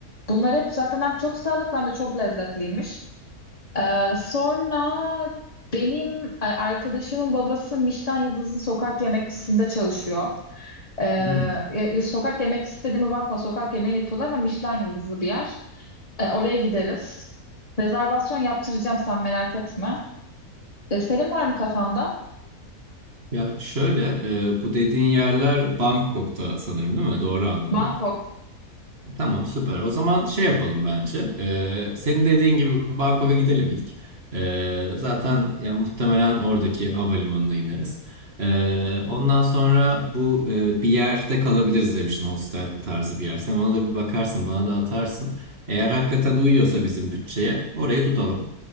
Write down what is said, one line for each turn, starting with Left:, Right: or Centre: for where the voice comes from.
Left: Bunlar hep zaten hem çok sağlıklı hem de çok lezzetliymiş. Ee, sonra benim e, arkadaşımın babası Michelin yıldızlı sokak yemekçisinde çalışıyor. Ee,
Right: Hmm.
Left: e, sokak yemekçisi dediğime bakma sokak yemeği yapıyorlar ama Michelin yıldızlı bir yer. Ee, oraya gideriz. Rezervasyon yaptıracağım sen merak etme. Ee, senin var mı kafanda?
Right: Ya şöyle, e, bu dediğin yerler Bangkok'ta sanırım değil mi? Doğru anladım.
Left: Bangkok.
Right: Tamam, süper. O zaman şey yapalım bence. E, senin dediğin gibi Bangkok'a gidelim ilk. E, zaten ya muhtemelen oradaki havalimanına ineriz. E, ondan sonra bu e, bir yerde kalabiliriz demiştin, hostel tarzı bir yer. Sen ona da bir bakarsın, bana da atarsın. Eğer hakikaten uyuyorsa bizim bütçeye, orayı tutalım.